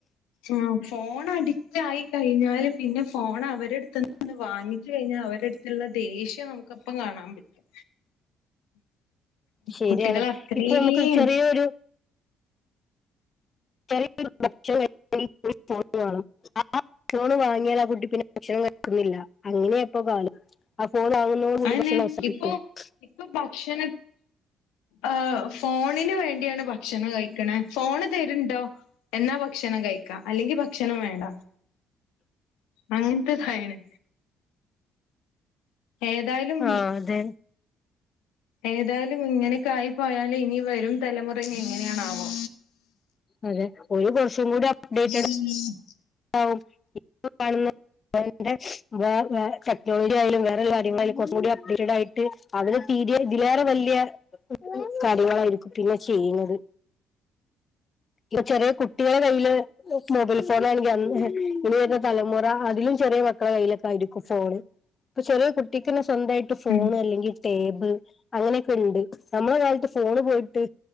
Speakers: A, on the left; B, on the left.
A: ആഹ് ഫോൺ അഡിറ്റായി കയിഞ്ഞാല് പിന്നെ ഫോൺ അവര് അട്ത്ത്ന്ന് വാങ്ങിച്ചാ കയിഞ്ഞാ അവര് ക്ക്ള്ള ദേഷ്യം നമ്മക്ക് അപ്പം കാണാൻ പറ്റും.
B: ശരിയാണ്
A: കുട്ടികള് അത്രീം.
B: ഇപ്പൊ നമുക്കൊരു ചെറിയൊരു <unintelligible> <unintelligible> ആഹ് കുട്ട്യേള് വാങ്ങ്യാൽ പിന്നെ ഭക്ഷണം കയിക്കുന്നില്ല. അങ്ങനെയാ ഇപ്പോ കാണ് ആഹ് ഫോൺ <unintelligible>
A: അതന്നെ
B: കൂടി ബക്ഷണം <unintelligible>
A: ഇപ്പൊ ഇപ്പൊ ബക്ഷണ ആഹ് ഫോണിന് വേണ്ടിയാണ് ബക്ഷണം കയിക്ക്ണെ. ഫോണ് തെര്ണ്ടൊ. എന്നാ ബക്ഷണം കഴിക്കാ. അല്ലെങ്കി ബക്ഷണം വേണ്ട അങ്ങൻത്തെ ഇതായിണ്. ഏതായാലും
B: ആ അതെ
A: ഏതായാലും ഇങ്ങനൊക്കെ ആയി പോയാലു ഇനി വെരും തലമുറ എങ്ങനേണ് ആവോ.
B: അതെ ഒരു ദുവസം കൂടി അപ്ഡേറ്റ്ട്
A: <inaudible>
B: <unintelligible> <unintelligible> ന്റെ വേ വെ ടെക്നോളജി ആയാലും വേറെ കാര്യങ്ങളായാലും കൊറച്ചും കൂടി അപ്ഡേറ്റഡ് ആയിട്ട് അവര് <unintelligible> ഇതിലേറെ വല്ല്യ കാര്യങ്ങളാരിക്കും പിന്നെ ചെയ്യുന്നത്. ഇന്റെ ചെറ്യേ കുട്ട്യേളെ കയ്യില് മൊബൈല് ഫോണാണെങ്കി ഇനി വെര്ന്ന തലമുറ അതിലും ചെറിയ മക്കളെ കയ്യിലൊക്കെ ആയിരിക്കും ഫോണ്. ഇപ്പൊ ചെറ്യേ കുട്ടിക്കെന്നെ സ്വന്തായിട്ട് ഫോൺ
A: ഉം
B: അല്ലെങ്കി ടേബിൾ അങ്ങനെക്കെ ഉണ്ട്. നമ്മളെ കാലത്ത് ഫോണ് പോയിട്ട്